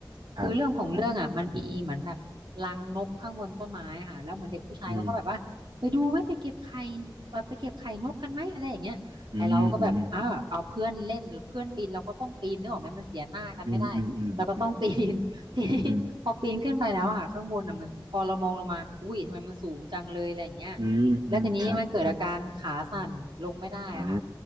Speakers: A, on the right (about 60°); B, on the right (about 75°).
A: ครับครับ
B: คือเรื่องของเรื่องอ่ะมันมีเหมือนแบบรังนกข้างบนต้นไม้ค่ะแล้วเหมือนเด็กผู้ชายเขาก็แบบว่าไปดูไหมไปเก็บไข่เอ่อไปเก็บไข่นกกันไหมอะไรอย่างเงี้ยไอเราก็แบบอ้าวเอาเพื่อนเล่นเพื่อนปีนเราก็ต้องปีนนึกออกไหมมันเสียหน้ากันไม่ได้เราก็ต้องปีน
A: อืมอืมอืมอืมอืมอืมอืม
B: <laughs> ทีนี้พอปีนขึ้นไปแล้วอะค่ะข้างบนอ่ะมันพอเรามองลงมาอุ้ยทำไมมันสูงจังเลยอะไรอย่างเงี้ย
A: อืมอืมอืมครับครับ
B: แล้วทีนี้มันเกิดอาการขาสั่นลงไม่ได้อะค่ะ
A: อ่า